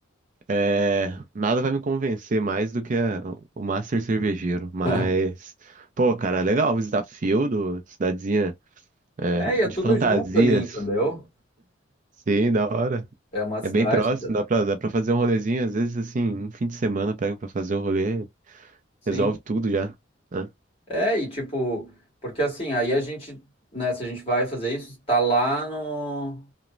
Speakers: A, on the right (about 40°); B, on the left (about 30°).
A: é, nada vai me convencer mais do que a- o Master Cervejeiro. Mas,
B: <laughs>
A: pô, cara, legal. Visitar Fieldo, cidadezinha é,
B: É, e é
A: de
B: tudo
A: fantasias.
B: junto ali, entendeu?
A: Sim, da hora.
B: É uma cidade
A: É bem próximo,
B: que dá-
A: dá pra, dá pra fazer um rolezinho. Às vezes, assim, um fim de semana pega pra fazer um rolê,
B: Sim.
A: resolve tudo já, né?
B: É, e tipo, porque assim, aí a gente, né, se a gente vai fazer isso, tá lá no.